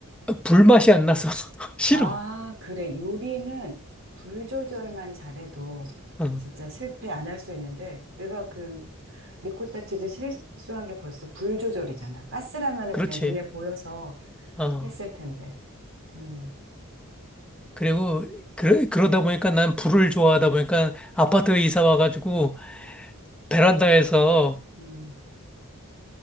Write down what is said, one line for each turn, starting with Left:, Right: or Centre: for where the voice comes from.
Centre: 불맛이 안 나서 <laughs> 싫어.
Right: 아, 그래. 요리는 불 조절만 잘해도
Centre: 어.
Right: 진짜 실패 안 할 수 있는데, 내가 그 리코타 치즈 실수한 게 벌써 불 조절이잖아. 가스라면은
Centre: 그렇지.
Right: 그냥 눈에 보여서
Centre: 어
Right: 했을 텐데. 음,
Centre: 그리고 그러, 그러다 보니까 난 불을 좋아하다 보니까 아파트에 이사 와가지고 베란다에서
Right: 음.